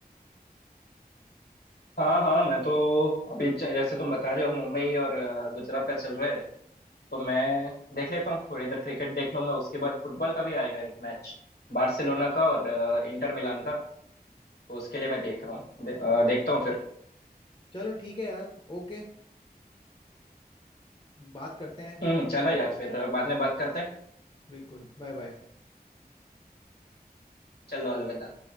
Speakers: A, on the left; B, on the left.
A: हाँ हाँ मैं तो अभी च- जैसे तुम बता रहे हो मुंबई और अ, गुजरात का चल रहा है तो मैं देख लेता हूँ थोड़ी देर क्रिकेट देख लूंगा उसके बाद फुटबॉल का भी आएगा एक मैच बार्सिलोना का और अ, इंटर मिलान का तो उसके लिए मैं देख रहा हूँ दे, अ, देखता हूँ फिर
B: चलो ठीक है यार ओके बात करते हैं
A: हम्म चलो यार फिर बाद में बात करते हैं
B: बिल्कुल बाय बाय
A: चलो अलविदा